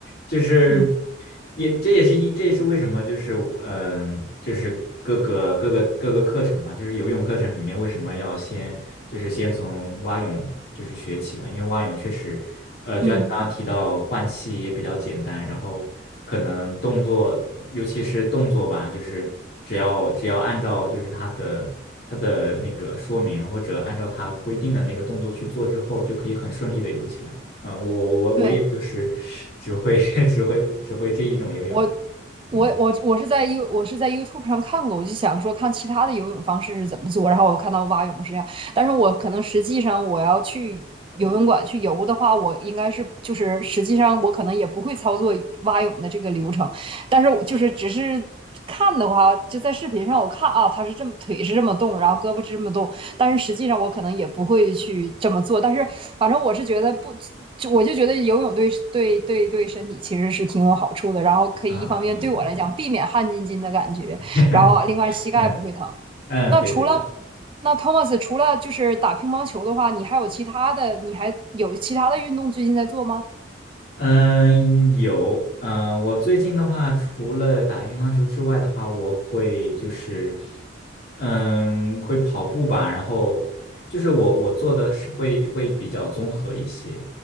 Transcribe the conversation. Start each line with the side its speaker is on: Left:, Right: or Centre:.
Left: 就是
Right: 嗯
Left: 也这也是一这也是为什么就是嗯就是各个各个各个课程嘛，就是游泳课程里面为什么要先就是先从蛙泳就是学起吧，因为蛙泳确实呃就像你刚刚提到换气也比较简单，
Right: 嗯，
Left: 然后可能动作尤其是动作吧，就是只要只要按照就是它的它的那个说明或者按照它规定的那个动作去做之后，就可以很顺利的游起来。嗯，我我我也就是只会
Right: 对。
Left: <laughs> 只会只会这一种游泳方式
Right: 我我我我是在
Left: 嗯
Right: U 我是在 YouTube 上看过，我就想说看其他的游泳方式是怎么做，然后我看到蛙泳是这样，但是我可能实际上我要去游泳馆去游的话，我应该是就是实际上我可能也不会操作蛙泳的这个流程，但是我就是只是看的话，就在视频上我看啊，他是这么腿是这么动，然后胳膊是这么动，但是实际上我可能也不会去这么做。但是反正我是觉得不，就我就觉得游泳对对对对身体其实是挺有好处的。然后可以一方面对我来讲避免汗津津的感觉，
Left: 嗯嗯嗯嗯，<laughs>
Right: 然后另外膝盖不会疼。
Left: 嗯嗯嗯，
Right: 那除了
Left: 对对对。
Right: 那 Thomas 除了就是打乒乓球的话，你还有其他的，你还有其他的运动最近在做吗？
Left: 嗯，有，嗯，我最近的话，除了打乒乓球之外的话，我会就是，嗯，会跑步吧，然后就是我我做的是会会比较综合一些，